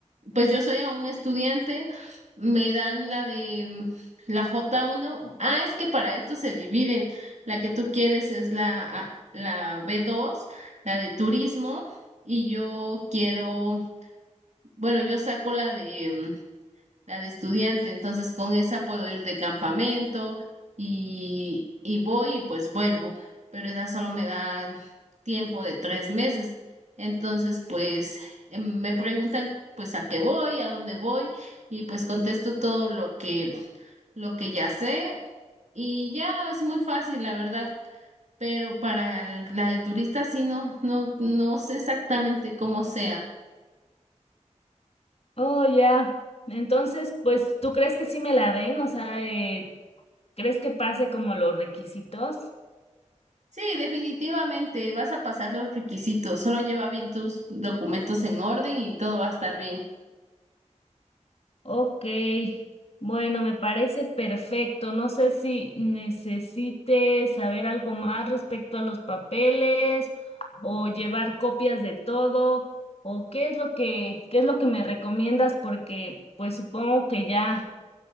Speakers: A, on the right (about 65°); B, on the left (about 55°).
A: pues yo soy aún estudiante, me dan la de mm, la j uno. Ah, es que para esto se dividen. La que tú quieres es la, A- la b dos, la de turismo, y yo quiero, bueno, yo saco la de la de estudiante, entonces con esa puedo ir de campamento y, y voy y pues vuelvo, pero esa solo me da tiempo de tres meses. Entonces, pues eh, me preguntan pues a qué voy, a dónde voy y pues contesto todo lo que lo que ya sé y ya es muy fácil, la verdad. Pero para el- la de turista sí no, no, no sé exactamente cómo sea.
B: Oh, ya. Entonces, pues, ¿tú crees que sí me la den? O sea, eh, ¿crees que pase como los requisitos?
A: Sí, definitivamente vas a pasar los requisitos. Solo lleva bien tus documentos en orden y todo va a estar bien.
B: Ok, bueno, me parece perfecto. No sé si necesite saber algo más respecto a los papeles o llevar copias de todo o qué es lo que, qué es lo que me recomiendas porque pues supongo que ya,